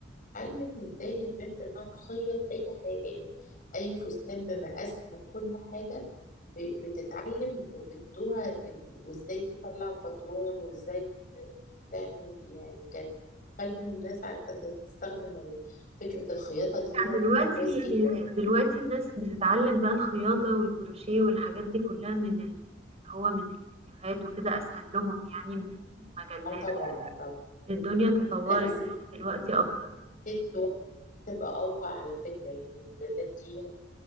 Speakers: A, on the left; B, on the right.
A: علم ازاي البنت انها تخيط اي حاجه يعني اي فستان بمقاسها بكل حاجه ب- بتتعلم وبتدوها ال- وازاي تطلع باترون وازاي تعمل يعني كان خلوا الناس عارفة تستخدم ال- فكرة الخياطة ديت
B: دلوقتي
A: كويس جدا
B: دلوقتي الناس بتتعلم بقى الخياطة والكروشيه والحاجات دي كلها من ال- من اللي هو من الفيديوهات وكده أسهل لهم يعني من المجلات
A: اه طبعا طبعا
B: الدنيا تطورت
A: لا بس
B: يعني دلوقتي أكتر
A: محتاج وقت تبقى أوقع على فكرة يعني الموديلات ديت